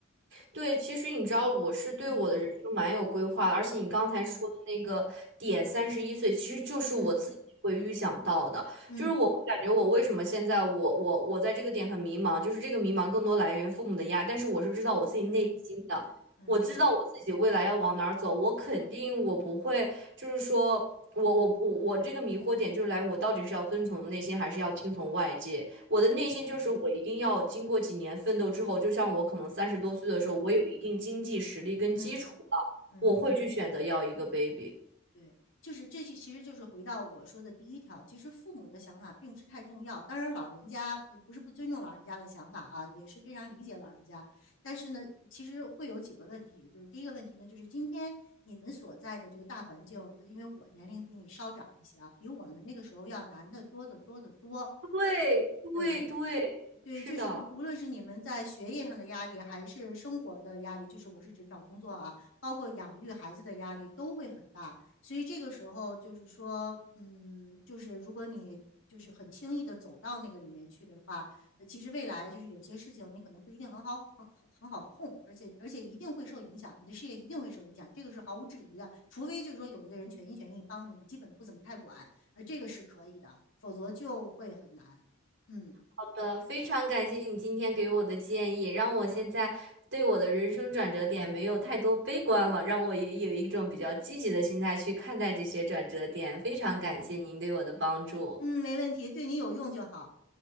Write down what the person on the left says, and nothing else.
嗯
嗯
嗯嗯
嗯嗯嗯嗯，
明白。
嗯嗯
嗯。嗯，
对，就是这其其实就是回到我说的第一条，其实父母的想法并不是太重要。当然，老人家呃不是不尊重老人家的想法啊，也是非常理解老人家。但是呢，其实会有几个问题，就是第一个问题呢，就是今天你们所在的这个大环境，呃因为我年龄比你稍长一些啊，比我们那个时候要难得多得多得多。
对，对，
就是无无论是你们在学业上的压力，还是生活的压力，就是我是指找工作啊，包括养育孩子的压力都会很大。所以这个时候就是说，嗯，就是如果你就是很轻易的走到那个里面去的话，呃其实未来就是有些事情你可能不一定很好很很好控，而且而且一定会受影响，你的事业一定会受影响，这个是毫无质疑的。除非就是说有一个人全心全意帮你，你基本不怎么太管，呃，这个是可以的，否则就会很难。嗯。
嗯，没问题，对你有用就好。